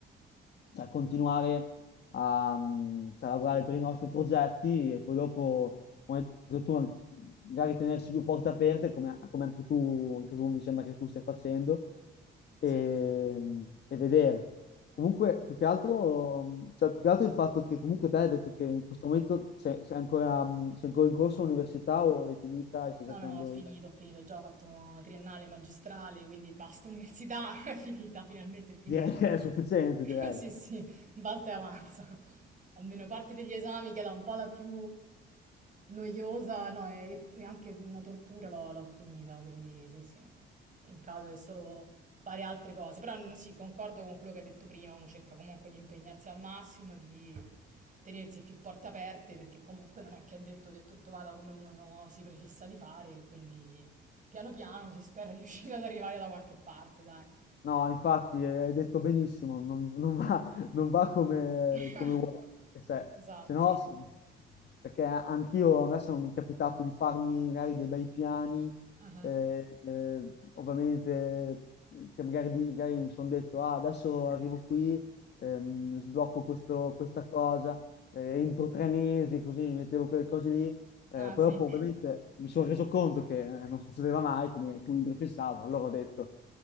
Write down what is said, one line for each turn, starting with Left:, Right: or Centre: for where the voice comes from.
Left: cioè, continuare a mm, cioè, lavorare per i nostri progetti e poi dopo, come hai detto tu, an- magari tenersi più porte aperte, come, come anche tu, anche tu mi sembra che tu stai facendo, e,
Right: Sì, esatto.
Left: e vedere. Comunque, più che altro, cioè, più che altro il fatto che comunque te hai detto che in questo momento sei, sei ancora, sei ancora in corso all'università o l'hai finita e stai
Right: No,
Left: cercando...
Right: no, no, ho finito,
Left: il...
Right: ho finito, già ho fatto triennale, magistrale, quindi basta, università, <laughs> è finita, finalmente è finita.
Left: Direi che
Right: <laughs>
Left: è sufficiente, direi.
Right: Sì, sì, basta e avanza. Almeno parte degli esami, che era un po' la più noiosa, no, e, e anche una tortura, l'ho l'ho finita, quindi sì, sì. in caso che solo fare altre cose. Però n- sì, concordo con quello che hai detto prima, uno cerca comunque di impegnarsi al massimo, di tenersi più porte aperte, perché comunque non è che è detto che tutto vada come uno no, si prefissa di fare, e quindi piano piano si spera di riuscire ad arrivare da qualche parte, dai.
Left: No, infatti, eh, hai detto benissimo, non, non va, non va come,
Right: <laughs>
Left: come uomo, perché se,
Right: Esatto.
Left: se no, s- perché anch'io adesso mi è capitato di farmi magari dei bei piani,
Right: Mhm.
Left: eh, eh, ovviamente che magari, di- magari mi sono detto, ah, adesso arrivo qui, ehm, sblocco questo- questa cosa, eh, entro tre mesi, così mi mettevo quelle cose lì, eh,
Right: Ah,
Left: poi
Right: sì.
Left: dopo ovviamente mi sono reso conto che eh, non succedeva mai come, come mi prefissavo, allora ho detto